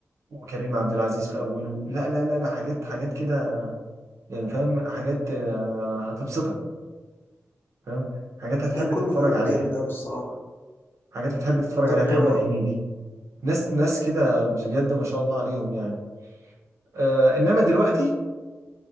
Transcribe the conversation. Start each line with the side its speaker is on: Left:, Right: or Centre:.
Right: وكريم عبد العزيز في اوله لا لا لا لا حاجات حاجات كده يعني فاهم حاجات آه، هتبسطك فاهم حاجات هتحب
Left: ده
Right: تتفرج
Left: كله فعلا
Right: عليها
Left: جامد قوي الصراحه
Right: حاجات هتحب تتفرج
Left: طب
Right: عليها محمد
Left: آه،
Right: هنيدي ناس ناس كده بجد ما شاء الله عليهم يعني آه انما دلوقتي